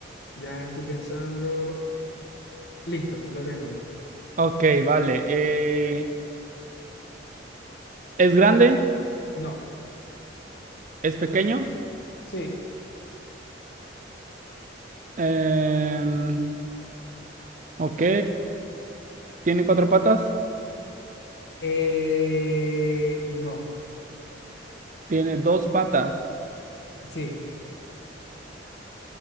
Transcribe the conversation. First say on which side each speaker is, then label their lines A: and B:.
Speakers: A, on the left; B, on the right.
A: Ya estoy pensando. Listo, lo tengo.
B: Ok, vale. eh, ¿es grande?
A: No.
B: ¿Es pequeño?
A: Sí.
B: Em, ok, ¿tiene cuatro patas?
A: Eh, no.
B: Tiene dos patas.
A: Sí,